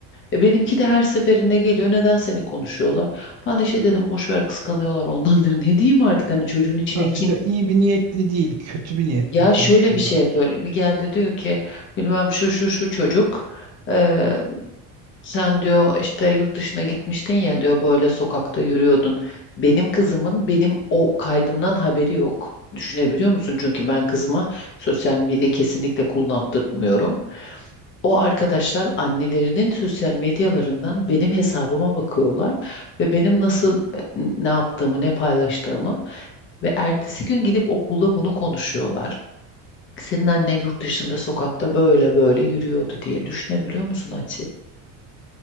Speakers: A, on the left (about 30°); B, on the right (about 45°).
A: E benimki de her seferinde geliyor. Neden seni konuşuyorlar? Ben de şey dedim boş ver kıskanıyorlar onlardır. <laughs> Ne diyeyim artık hani çocuğun içine
B: Ha,
A: kin
B: bir de iyi bir niyetli değil, kötü bir niyetli
A: ya
B: konuşuyorlar.
A: şöyle bir şey yapıyor. Bir geldi diyor ki bilmem şu şu şu çocuk eee, sen diyor işte yurt dışına gitmiştin ya diyor böyle sokakta yürüyordun. Benim kızımın benim o kaydımdan haberi yok. Düşünebiliyor musun? Çünkü ben kızıma sosyal medya kesinlikle kullandırmıyorum. O arkadaşlar annelerinin sosyal medyalarından benim hesabıma bakıyorlar ve benim nasıl e, ne yaptığımı, ne paylaştığımı ve ertesi gün gidip okulda bunu konuşuyorlar. Senin annen yurt dışında sokakta böyle böyle yürüyordu diye düşünebiliyor musun Ati?